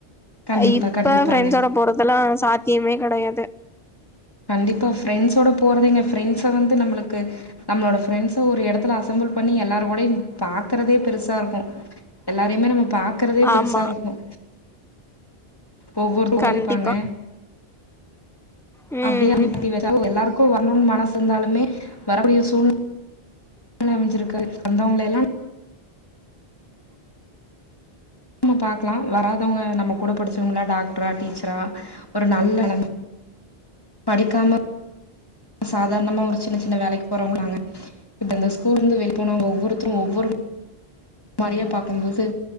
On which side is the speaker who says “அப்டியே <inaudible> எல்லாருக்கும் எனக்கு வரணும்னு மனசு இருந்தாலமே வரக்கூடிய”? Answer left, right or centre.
Left